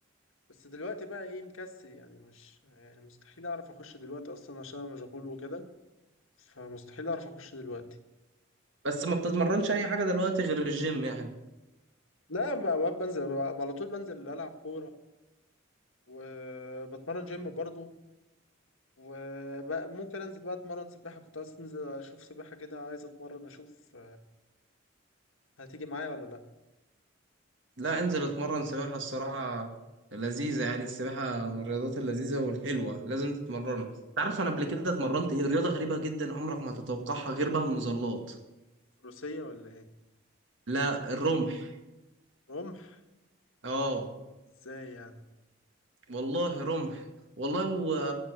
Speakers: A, on the left; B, on the right.
A: بس دلوقتي بقى ايه مكسل يعني مش يعني مستحيل اعرف اخش دلوقتي اصلا عشان أنا مشغول وكده فمستحيل اعرف اخش دلوقتي
B: بس ما بتتمرنش اي حاجة دلوقتي غير الجيم يعني
A: لا بقى بقى بنزل بقى على طول بنزل العب كوره وبتمرن جيم برضو وممكن انزل بقى اتمرن سباحه كنت عايز انزل اشوف سباحه كده عايز اتمرن اشوف هتيجي معايا ولا لا
B: لا انزل اتمرن سباحة الصراحة لذيذة يعني السباحة من الرياضات اللذيذة والحلوة لازم تتمرنها تعرف انا قبل كده اتمرنت ايه رياضة غريبة جدا عمرك ما هتتوقعها غير بقى المظلات
A: روسيه ولا ايه
B: لا الرمح
A: رمح
B: اه
A: ازاي يعني
B: والله رمح والله و...